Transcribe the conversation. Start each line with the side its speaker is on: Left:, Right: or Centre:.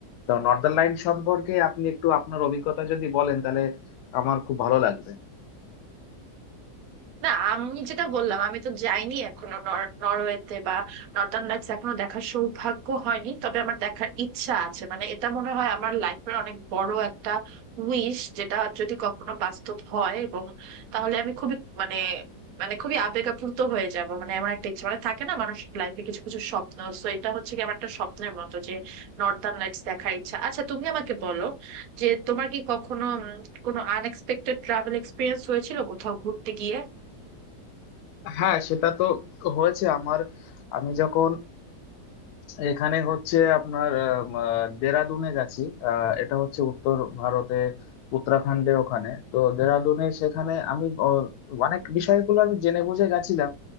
Left: তো নর্দার্ন লাইন সম্পর্কে আপনি একটু আপনার অভিজ্ঞতা যদি বলেন তাহলে আমার খুব ভালো লাগবে
Right: না আমি যেটা বললাম আমি তো যাইনি এখনো নর- নরওয়েতে বা নর্দার্ন লাইটস এখনো দেখার সৌভাগ্য হয়নি তবে আমার দেখার ইচ্ছা আছে মানে এটা মনে হয় আমার লাইফের অনেক বড় একটা উইশ যেটা যদি কখনো বাস্তব হয় এবং তাহলে আমি খুবই মানে মানে খুবই আবেগ আপ্লুত হয়ে যাব মানে আমার একটা ইচ্ছা মানে থাকে না মানুষ লাইফে কিছু কিছু স্বপ্ন তো এটা হচ্ছে কি আমার একটা স্বপ্নের মতো যে নর্দার্ন লাইটস দেখার ইচ্ছা আচ্ছা তুমি আমাকে বলো যে তোমার কি কখনো উম, কোনো আনএক্সপেক্টেড ট্রাভেল এক্সপিরিয়েন্স হয়েছিল কোথাও ঘুরতে গিয়ে
Left: হ্যাঁ সেটা তো হয়েছে আমার আমি যখন এখানে হচ্ছে আপনার আম, আহ, দেরাদুনে গেছি আহ, এটা হচ্ছে উত্তর ভারতে উত্তরাখণ্ডে ওখানে তো দেরাদুনে সেখানে আমি আহ, অনেক বিষয়গুলো আমি জেনে বুঝে গেছিলাম